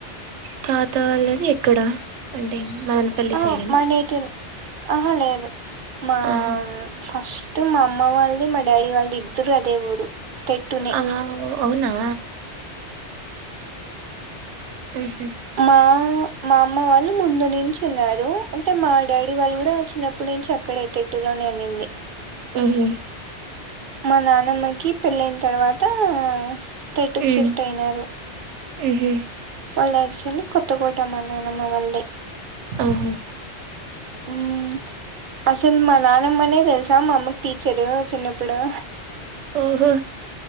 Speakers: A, on the right (about 80°); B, on the right (about 55°).
A: తాత వాళ్ళది ఎక్కడ అంటే మదనపల్లి
B: ఆ
A: సైడేనా
B: మా నేటి ఆహా లేదు మా
A: ఆహా
B: ఫస్ స్ట్ మా అమ్మ వాళ్ళది మా డాడీ వాళ్ది ఇద్దరు అదే ఊరు టెట్టునే
A: ఆ అవునా ఉహు
B: మా మా అమ్మ వాళ్ళు ముందు నించి ఉన్నారు అంటే మా డాడీ వాళ్ళు కూడా చిన్నప్పటి నుంచి అక్కడే తేట్టులో ననింది
A: ఉహు
B: మా నానమ్మకి పెళ్ళైన్ తర్వాతా టెట్టు
A: ఉమ్
B: షిఫ్ట్ అయినారు
A: ఉహు
B: వాళ్లు యాక్చువల్లీ కొత్తకోట మాన్నానమ్మ వాళ్దే
A: ఆహ
B: ఉమ్ అస్సల్ మా నానమ్మనే దెల్సా మా అమ్మకి టీచరు చిన్నప్పుడు
A: ఓహో